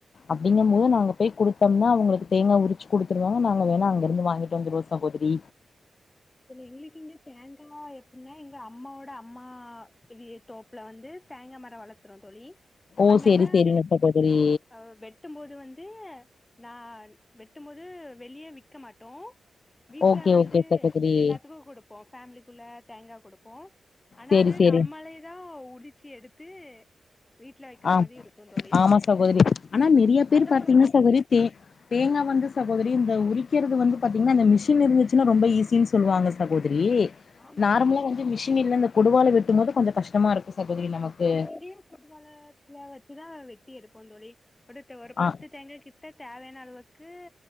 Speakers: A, on the left; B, on the left.
A: அப்டிங்கும்
B: ஆ
A: போது நா அங்க போய் குடுத் தம்னா அவங்களுக்கு தேங்கா உரிச்சு குடுத்துருவாங்க நாங்க வேணா அங்க இருந்து வாங்கிட்டு வந்துருவோ சகோதிரி
B: எங்ளுக்கிங்க தேங்கா எப்புனா அம்மாவோட அம்மா வி தோப்புல வந்து தேங்கா மர வளத்துறோ தோழி
A: ஓ
B: அதனால
A: சேரி சேரிங்க சகோதரி
B: அ வெட்டும் போது வந்து நான் வெட்டும்போது வெளிய விக்க மாட்டோ வீட்ல
A: ஓகே
B: வந்து
A: ஓகே சகோதரி
B: எல்லாத்துக்கு குடுப்போ ஃபேமிலிக்குள்ள தேங்கா குடுப்போ ஆனா
A: சேரி
B: அது
A: சேரி
B: நம்மளேதா உளி ச்சி எடுத்து வீட்ல வைக்கிற
A: ஆம்
B: மாரி இருக்கும் தோழி
A: ஆமா சகோதிரி ஆனா நெறையா பேர்
B: அதான்
A: பாத்திங்னா
B: ஒரு
A: சகோதிரி தே தேங்கா வந்து சகோதிரி இந்த உரிக்கிறது வந்து பாத்திங்னா இந்த மிஷின் இருந்துச்சுனா ரொம்ப ஈசினு சொல்லுவாங்க சகோ திரி
B: ஆமா
A: நார்மலா
B: தோழி
A: வந்து மிஷின் இல்ல கொடுவாள வெட்டும்போது கொஞ்ச கஷ்டமா இருக்கு சகோதரி நமக்கு
B: ஆமா இங்கயு கொடுவாள வெச்சுதா வெட்டி எடுப்போ தோழி ஒரு பத்து
A: ஆ
B: தேங்கா கிட்ட தேவையான அளவு க்கு